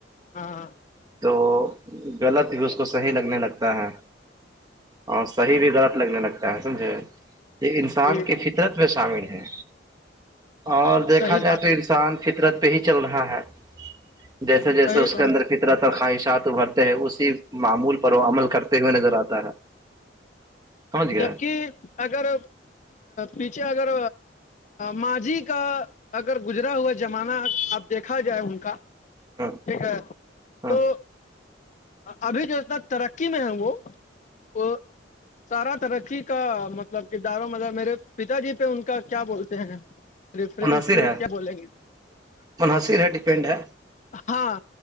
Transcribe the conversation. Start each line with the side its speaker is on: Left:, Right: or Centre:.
Left: ہاں
Right: تو غلط بھی اس کو صحیح لگنے لگتا ہے اور صحیح بھی درد لگنے لگتا ہے سمجھے یہ انسان
Left: جی
Right: کی فطر ت میں شامل ہیں اور دیکھا
Left: صحیح
Right: جائے
Left: بات
Right: تو سان فطرت پہ ہی چل رہا ہے جیسے جیسے
Left: صحیح
Right: اس کے
Left: بات
Right: اندر فطرت خواہشات ابھرتے ہیں اسی معمول پر وہ عمل کرتے ہوئے نظر آتا ہے سمجھ گئے
Left: جبک اگر پیچھے اگر ماضھی کا اگر گزرا ہوا زمانہ اب دیکھا جائے ان کا
Right: ہاں
Left: ٹھیک ہے
Right: ہاں
Left: تو ابھی جو اتنا ترقی میں ہے وہ وہ سارا ترقی کا مطلب کرداروں مطلب میرے پتا جی پہ ان کا کیا بولتے ہیں ریفرنس
Right: منحصر
Left: کو
Right: ہے
Left: کیا بولیں گے
Right: منحصر ہے ڈپینڈ ہے
Left: ہاں